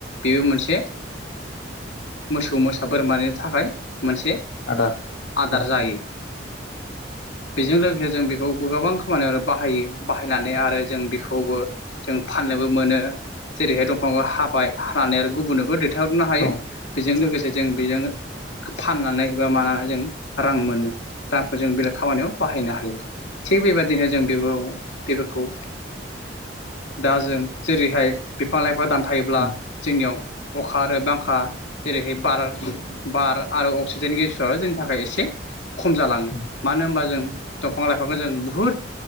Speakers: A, on the left; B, on the left.
A: बेबो मोनसे मोसौ मोसा बोरमानि थाखाय मोनसे
B: आदार
A: आदार
B: औ
A: जायो। बेजों लोगोसे जों बेखौ गोबां खामानियाव बाहायो बाहायनानै आरो जों बेखौबो, जों फाननोबो मोनो जेरैहाय दंफांखौ हाबाय हानानै आरो गुबुननोबो दै हरनो हायो।
B: औ
A: बेजों लोगोसे जों बेजों फाननानै बा मानानै जों। रां मोनो रांखौ जों बेलेग खामानियाव बाहायनो हायो थिग बेबायदिनो जों बेफोरखौ दा जों जेरैहाय बिफां-लाइां। दानफायोब्ला
B: औ
A: जोंनियाव अखा आरो बांखा जेरैहाय बार-बार आरो अक्सिजेन गेस जोंनि थाखाय एसे खम जालाङो
B: औ
A: मानो होनबा जों दंफां-लाइफांखौ जों बुहुत